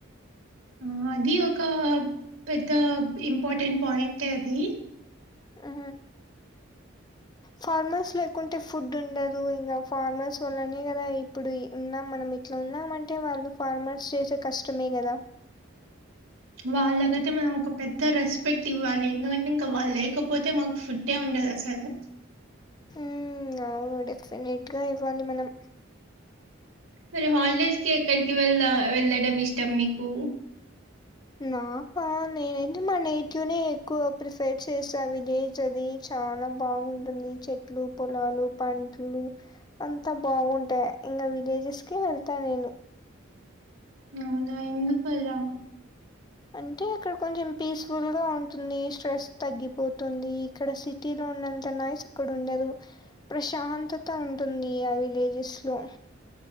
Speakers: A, on the right; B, on the left.
A: ఆ అది ఒక పెద్ద ఇంపార్టెంట్ పాయింటే అది
B: ఆ ఫార్మర్స్ లేకుంటే ఫుడ్ ఉండదు ఇంగా ఫార్మర్స్ వల్లనే కదా ఇప్పుడు ఉన్నామనమి ఇట్ల ఉన్నామంటే వాళ్ళు ఫార్మర్స్ చేసే కష్టమే కదా
A: వాళ్ళకైతే మనం ఒక పెద్ద రెస్పెక్ట్ ఇవ్వాలి ఎందుకంటే ఇంకా వాళ్ళు లేకపోతే మకు ఫుడే ఉండదు అసలు
B: హు అవును డెఫినెట్గ ఇవ్వాలి మనం
A: మీరు హాలిడేస్కి ఎక్కడికి <unintelligible> వెళ్ళడం ఇష్టం మీకు
B: నాక నేనైతే మా నేటివ్నే ఎక్కువ ప్రిఫర్ చేస్త విలేజది చాన బాగుంటుంది చెట్లు పొలాలు పంట్లు అంత బాగుంటె ఇంకా విలేజెస్కి వెళ్తా నేను
A: అవున ఎందుకు అలా
B: అంటే అక్కడ కొంచెం పీస్ఫుల్గ ఉంటుంది స్ట్రెస్ తగ్గిపోతుంది ఇక్కడ సిటీలో ఉన్నంత నాయిస్ ఇక్కడ ఉండదు ప్రశాంతత ఉంటుంది ఆ విలేజెస్లో